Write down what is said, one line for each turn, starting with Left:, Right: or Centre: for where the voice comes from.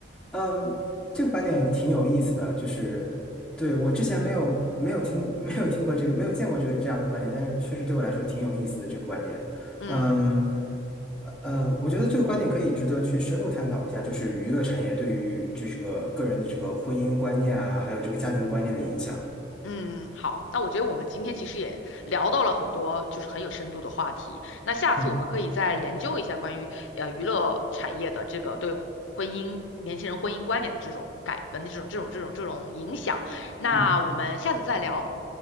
Centre: 嗯，这个观点挺有意思的，就是对我之前没有没有听 <laughs> 没有听过这个没有见过这个这样的观点，但是确实对我来说挺有意思的这个观点。
Left: 嗯
Centre: 嗯，呃，呃我觉得这个观点可以值得去深入探讨一下，就是娱乐产业对于这个个人的这个婚姻观念啊，还有这个家庭观念的影响。
Left: 嗯，好，那我觉得我们今天其实也聊到了很多就是很有深度的话题。那下次我们可以再研究一下关于呃娱乐产业的这个对婚姻年轻人婚姻观点的这种改，
Centre: 嗯
Left: 的这种这种这种这种影响。那我们下次再聊。
Centre: 嗯，